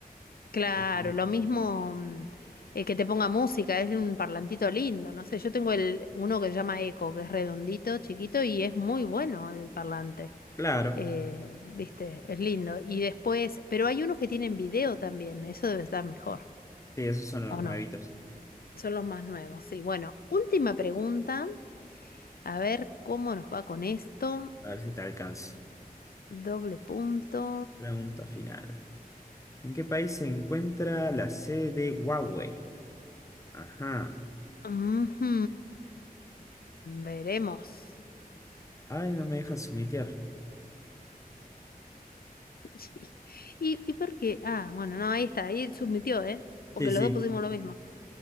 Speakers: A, on the left; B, on the left.
A: claro,
B: fascinante.
A: lo mismo mm, eh, que te ponga música, es un parlantito lindo, no sé, yo tengo el, uno que se llama Eco, que es redondito, chiquito y es muy bueno el parlante,
B: Claro.
A: eh, viste, es lindo. Y después, pero hay unos que tienen video también, eso debe estar mejor,
B: Sí, esos son los
A: ¿o
B: nuevitos.
A: no? Son los más nuevos, sí. Bueno, última pregunta. A ver cómo nos va con esto.
B: A ver si te alcanzo.
A: Doble punto.
B: Pregunta final. ¿En qué país se encuentra la sede de Huawei? Ajá.
A: Ujú, Veremos.
B: Ay, no me dejas sumitear.
A: <laughs> ¿Y, y por qué? Ah, bueno, no, ahí está. Ahí submitió, ¿eh? Porque
B: Sí, sí,
A: los dos pusimos lo mismo.